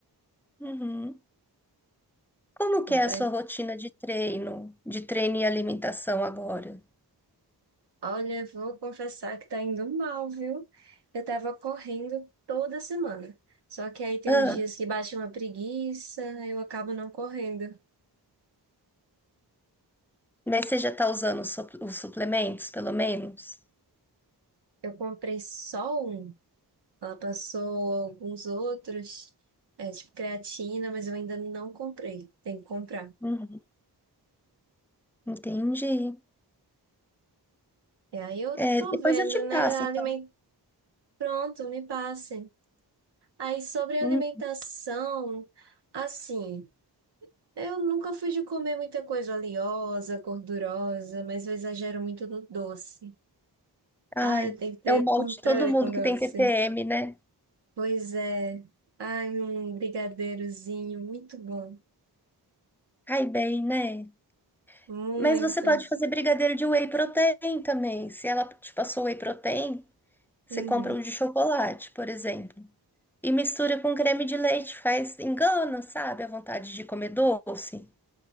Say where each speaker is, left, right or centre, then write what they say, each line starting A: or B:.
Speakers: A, in the centre; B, on the right.
A: Uhum. Como
B: Não
A: que é
B: tá
A: a
B: aí.
A: sua rotina de treino, de treino e alimentação agora?
B: Olha, vou confessar que tá indo mal, viu? Eu tava correndo toda semana. Só que aí tem
A: Ah,
B: uns dias que bate uma preguiça, eu acabo não correndo.
A: mas você já está usando os sup- os suplementos, pelo menos?
B: Eu comprei só um. Ela passou alguns outros, é, tipo creatina, mas eu ainda não comprei. Tem que comprar.
A: Uhum. Entendi.
B: E aí eu
A: É,
B: tô
A: depois
B: vendo,
A: eu te
B: né?
A: passo,
B: Aliment...
A: então.
B: Pronto, me passem. Aí sobre alimentação,
A: Hum,
B: assim, eu nunca fui de comer muita coisa oleosa, gordurosa, mas eu exagero muito no doce. Ah,
A: Ai,
B: eu tenho que ter
A: é o molde
B: controle
A: de todo mundo
B: com doce.
A: que tem TPM, né?
B: Pois é. Ai, um brigadeirozinho, muito bom.
A: Cai bem, né?
B: Muito.
A: Mas você pode fazer brigadeiro de whey protein também. Se ela te passou whey protein, você
B: Uhum.
A: compra o de chocolate, por exemplo. E mistura com creme de leite, faz engana, sabe? A vontade de comer doce.